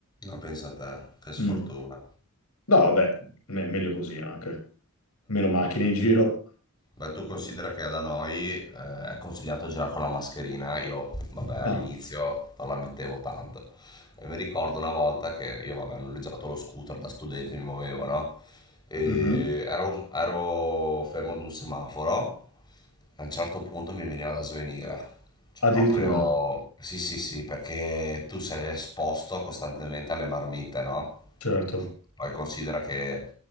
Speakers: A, on the left; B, on the left.
A: ma pensa a te, che
B: Mm.
A: sfortuna.
B: No, vabbè, me- meglio così anche. Meno macchine in giro.
A: Beh, tu considera che da noi eh, è consigliato girare con la mascherina, io vabbè all'inizio
B: Ah,
A: non la mettevo tanto. E mi ricordo una volta che io vabbè ho noleggiato lo scooter da studente, mi muovevo, no? E
B: mhm.
A: ero, ero fermo ad un semaforo e a un certo punto mi veniva da svenire. Cioè
B: Addirittura.
A: proprio... Sì, sì, sì, perché tu sei esposto costantemente alle marmite, no?
B: Certo.
A: Poi considera che